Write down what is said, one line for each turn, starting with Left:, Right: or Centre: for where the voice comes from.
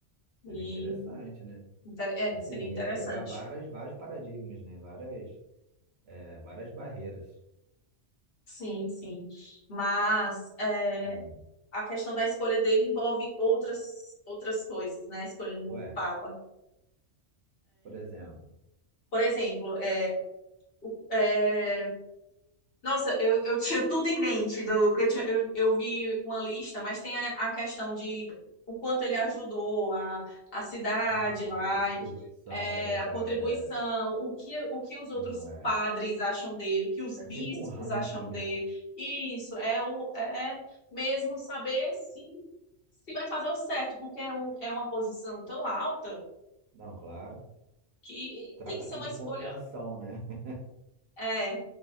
Left: e
Right: seria interessante, né?
Left: inte- é,
Right: Assim,
Left: seria interessante.
Right: ia quebrar várias, vários paradigmas, né? Várias, é, várias barreiras.
Left: Sim, sim. Mas é,
Right: Hum.
Left: a questão da escolha dele envolve outras, outras coisas, né? A escolha do novo
Right: Ué,
Left: Papa.
Right: por exemplo,
Left: Por exemplo, é, é, Nossa, eu, eu tinha tudo em mente, do, porque eu, tinha- eu, eu vi uma lista, mas tem a, a questão de o quanto ele ajudou a, a cidade
Right: ah,
Left: lá,
Right: a contribuição
Left: e, é,
Right: é verdade,
Left: a contribuição,
Right: é.
Left: o que, o que os outros
Right: Não é.
Left: padres acham dele, o que os
Right: É
Left: bispos
Right: tipo um ranking,
Left: acham
Right: né?
Left: dele. Isso, é, o, é é mesmo saber se, se vai fazer o certo, porque é, um, é uma posição tão alta
Right: Não, claro.
Left: que
Right: Trata-se
Left: tem que ser uma
Right: de
Left: escolha.
Right: pontuação, né? <laughs>
Left: É,